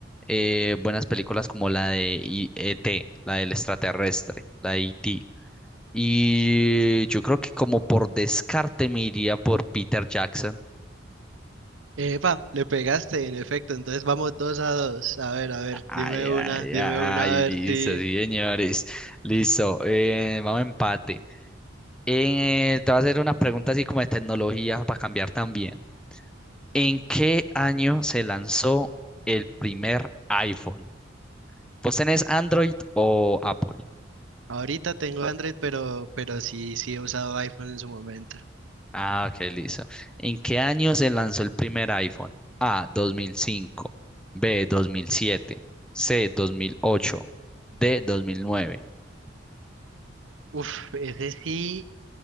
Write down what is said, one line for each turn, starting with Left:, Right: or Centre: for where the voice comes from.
Centre: eh, buenas películas como la de I- E.T., la del extraterrestre, la de E.T. Y yo creo que como por descarte me iría por Peter Jackson.
Right: Epa, le pegaste, en efecto. Entonces vamos dos a dos. A ver, a ver,
Centre: Ay,
Right: dime una,
Centre: ay,
Right: dime
Centre: ay,
Right: una, a ver
Centre: listo,
Right: si.
Centre: sí, señores. Listo, eh, vamos a empate. Eh, te voy a hacer una pregunta así como de tecnología para cambiar también. ¿En qué año se lanzó el primer iPhone? ¿Vos tenés Android o Apple?
Right: Ahorita tengo Android, pero, pero sí, sí he usado iPhone en su momento.
Centre: Ah, ok, listo. ¿En qué año se lanzó el primer iPhone? A, 2005, B, 2007, C, 2008, D, 2009.
Right: Uf, ese sí.